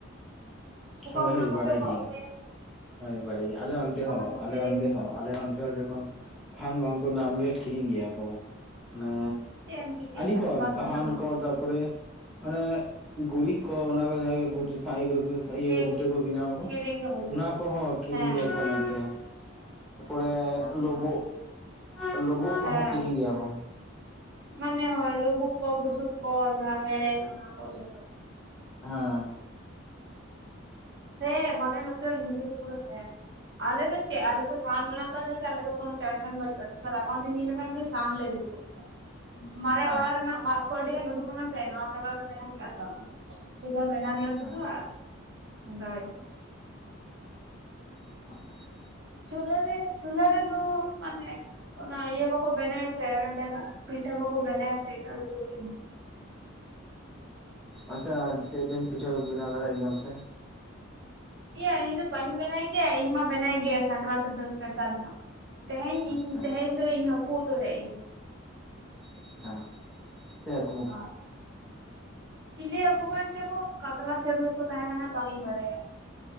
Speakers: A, on the right (about 55°); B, in the centre.
A: ᱚᱠᱟ
B: ᱦᱳᱭ,
A: ᱠᱷᱚᱱᱟᱜ ᱠᱚᱪᱚ
B: ᱵᱟᱰᱟᱭ
A: ᱠᱚ
B: ᱜᱤᱭᱟᱹᱧ᱾
A: ᱟᱹᱜᱩᱭᱟ
B: ᱦᱳᱭ ᱵᱟᱲ ᱟᱞᱮ ᱚᱱᱛᱮ
A: ᱵᱟᱠᱷᱟᱱ
B: ᱦᱚᱸ,
A: ᱫᱚ
B: ᱟᱞᱮ
A: ᱠᱤᱨᱤᱧ
B: ᱚᱱᱛᱮ
A: ᱦᱩᱭᱩᱜ
B: ᱦᱚᱸ
A: ᱛᱟᱢᱟ
B: ᱟᱞᱮ ᱚᱱᱛᱮ ᱦᱚᱸ ᱡᱚᱠᱷᱚᱱ ᱥᱟᱦᱟᱱ ᱵᱟᱝ ᱠᱚ ᱱᱟᱢ ᱜᱮ, ᱠᱤᱨᱤᱧ ᱜᱮᱭᱟ ᱠᱚ᱾ ᱢᱟᱱᱮ
A: ᱪᱮᱫ ᱮᱢ ᱪᱤᱠᱟᱹᱭᱟ
B: ᱟᱹᱰᱤ ᱦᱚᱲ
A: ᱵᱟᱫᱽᱫᱷᱚᱛᱟ
B: ᱥᱟᱦᱟᱱ
A: ᱢᱩᱞᱚᱠ
B: ᱠᱚ ᱛᱟᱨᱯᱚᱨᱮ ᱢᱟᱱᱮ ᱜᱩᱨᱤᱡ ᱠᱚ᱾ ᱚᱱᱟ ᱠᱚ ᱡᱟᱦᱟᱸ <unintelligible> ᱠᱚ ᱤᱭᱟᱹ
A: ᱴᱷᱤᱠ
B: ᱜᱷᱩᱱᱴᱮ ᱠᱚ ᱵᱮᱱᱟᱣᱟ ᱫᱚ,
A: ᱠᱤᱨᱤᱧ ᱜᱮ ᱦᱩᱭᱩᱜᱼᱟ
B: ᱚᱱᱟ ᱠᱚᱦᱚᱸ ᱠᱤᱨᱤᱧ
A: ᱦᱮᱸ
B: ᱜᱮᱭᱟ ᱠᱚ ᱟᱞᱮ ᱱᱚᱛᱮ᱾ ᱛᱟᱨᱯᱚᱨᱮ
A: ᱟᱪᱪᱷᱟ
B: ᱞᱩᱵᱩᱜ, ᱞᱩᱵᱩᱜ ᱠᱚᱦᱚᱸ
A: ᱦᱮᱸ
B: ᱠᱤᱨᱤᱧ ᱜᱮᱭᱟ ᱠᱚ᱾
A: ᱢᱟᱱᱮ ᱦᱳᱭ ᱞᱩᱵᱩᱜ ᱠᱚ, ᱵᱩᱥᱩᱠ ᱠᱚ, ᱡᱟᱦᱟᱸ ᱦᱮᱲᱮ ᱚᱱᱟ ᱠᱚ ᱡᱚᱛᱚ
B: ᱦᱮᱸ᱾
A: ᱥᱮ ᱢᱟᱞᱮ ᱱᱚᱛᱮ <unintelligible> ᱜᱮ ᱯᱩᱨᱟᱹ ᱥᱮᱢ᱾ ᱟᱞᱮ ᱫᱚ ᱪᱮᱫ ᱟᱞᱮ ᱫᱚ ᱥᱟᱦᱟᱱ ᱢᱮᱱᱟᱜ ᱛᱟᱞᱮ ᱫᱚ, ᱴᱮᱱᱥᱚᱱ ᱵᱟᱱᱩᱜ ᱨᱟᱹᱵᱟᱝ ᱫᱤᱱ ᱦᱩᱭ ᱞᱮᱠᱷᱟᱱ ᱜᱮ ᱥᱟᱦᱟᱱ ᱞᱮ ᱟᱜᱩᱭᱟ᱾ ᱢᱟᱨᱮ
B: ᱟᱪᱪᱷᱟ
A: ᱚᱲᱟᱜ ᱨᱮᱱᱟᱜ ᱢᱟᱫ ᱠᱚ ᱟᱹᱰᱤᱜᱮ ᱩᱰᱩᱠ ᱠᱟᱱᱟ ᱥᱮ ᱱᱟᱶᱟᱛᱮ ᱚᱲᱟᱜ ᱞᱮ ᱵᱮᱱᱟᱣᱟ ᱠᱮᱫᱟ ᱛᱚ᱾ ᱥᱩ ᱫᱚ ᱵᱮᱱᱟᱣ
B: ᱟᱪᱪᱷᱟ
A: ᱜᱮᱭᱩᱜᱼᱟ, ᱥᱩᱫᱩ ᱟᱨ ᱪᱚᱸᱫᱟ ᱦᱩᱭᱩᱜᱼᱟ᱾
B: <unintelligible>
A: ᱪᱩᱞᱦᱟᱹ ᱨᱮ ᱪᱩᱞᱦᱟᱹ ᱨᱮ ᱫᱚ ᱢᱟᱱᱮ ᱚᱱᱟ ᱚᱱᱟ ᱤᱭᱟᱹ ᱠᱚ ᱠᱚ ᱵᱮᱱᱟᱣᱼᱟ ᱥᱮ ᱯᱤᱴᱷᱟᱹ ᱠᱚ ᱠᱚ ᱵᱮᱱᱟᱣᱮ ᱟᱥᱮ ᱟᱹᱰᱤ ᱡᱩᱨ ᱜᱮ
B: ᱟᱪᱪᱷᱟ, ᱪᱮᱫ ᱪᱚᱝ ᱯᱤᱴᱷᱟᱹ ᱠᱚ ᱵᱤᱱ ᱵᱮᱱᱟᱣ ᱫᱟᱲᱮᱭᱟᱜ ᱜᱮᱭᱟ ᱥᱮ?
A: ᱤᱭᱟᱹ ᱤᱧ ᱫᱚ ᱵᱚᱧ ᱵᱮᱱᱟ ᱜᱮ, ᱤᱧ ᱢᱟ ᱵᱮᱱᱟ ᱜᱮ ᱥᱟᱹᱠᱨᱟᱛ ᱫᱚ ᱮᱥᱯᱮᱥᱟᱞᱚ ᱧᱚᱜ᱾ ᱛᱮᱦᱮᱧ ᱤᱧ
B: ᱟᱪᱪᱷᱟ
A: ᱛᱮᱦᱮᱧ ᱫᱚ ᱤᱧ ᱦᱟᱹᱠᱩ ᱩᱛᱩ ᱞᱮᱫ ᱤᱧ᱾
B: ᱟᱪᱪᱷᱟ, ᱪᱮᱫ ᱦᱟᱹᱠᱩ?
A: ᱟᱨ ᱪᱤᱞᱤ ᱦᱟᱹᱠᱩ ᱠᱟᱱ ᱪᱚ ᱠᱚ? ᱠᱟᱛᱞᱟ ᱥᱮ ᱨᱩᱭ ᱜᱮ ᱠᱚ ᱛᱟᱦᱮᱸ ᱠᱟᱱᱟ ᱵᱟᱝ ᱤᱧ ᱵᱟᱲᱟᱭᱟ᱾